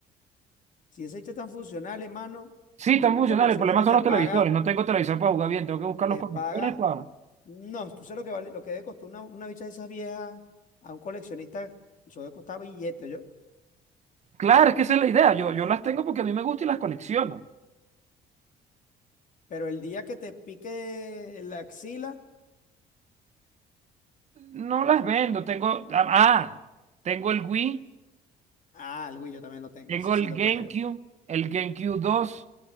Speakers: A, on the left; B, on the right.
A: Si ese hecho tan funcional, hermano,
B: Sí, están
A: un
B: funcionales.
A: coleccionista
B: El problema son
A: te
B: los
A: paga.
B: televisores. No tengo televisor para jugar bien. Tengo que buscar
A: Te
B: los conectores
A: paga.
B: para...
A: No, tú sabes lo que vale, lo que debe costar una, una bicha de esas viejas a un coleccionista, eso debe costar billete, yo.
B: Claro, es que esa es la idea. Yo, yo las tengo porque a mí me gusta y las colecciono.
A: Pero el día que te pique la axila,
B: No las vendo. Tengo... Ah, tengo el Wii,
A: ah, el Wii yo también lo tengo,
B: tengo
A: ese sí
B: el
A: lo
B: GameCube,
A: tengo yo.
B: el GameCube 2,